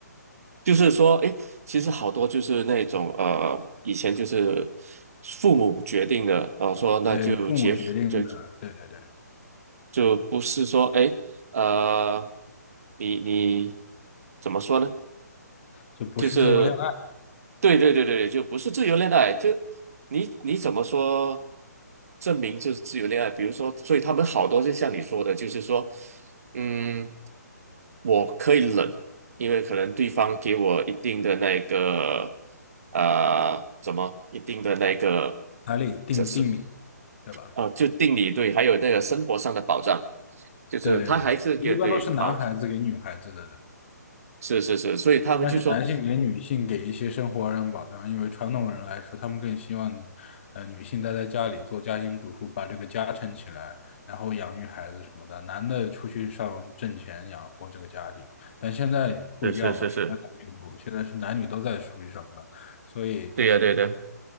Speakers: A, on the right (about 55°); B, on the left (about 40°).
A: 就是说，诶，其实好多就是那种呃，以前就是父母决定的，呃，说那就结就
B: 对，父母决定的，对对对，
A: 就不是说，诶，呃，你你怎么说呢？
B: 就不是自由恋爱，
A: 就是对对对对对，就不是自由恋爱，就你你怎么说证明就是自由恋爱？比如说，所以他们好多就像你说的，就是说，嗯，我可以忍，因为可能对方给我一定的那个呃，怎么一定的那个，
B: 彩礼定定礼，
A: 这是
B: 对吧？
A: 啊就定理对，还有那个生活上的保障，就是他还是给对保，
B: 对对对，一般都是男孩子给女孩子的
A: 是是是，所以他们就说，
B: 但是男性给女性给一些生活上保障，因为传统人来说，他们更希望，呃，女性待在家里做家庭主妇，把这个家撑起来，然后养育孩子什么的，男的出去上挣钱养活这个家庭。但现在不一样了，
A: 是是是是，
B: 时代在进步，现在是男女都在出去上班，所以
A: 对呀、对的、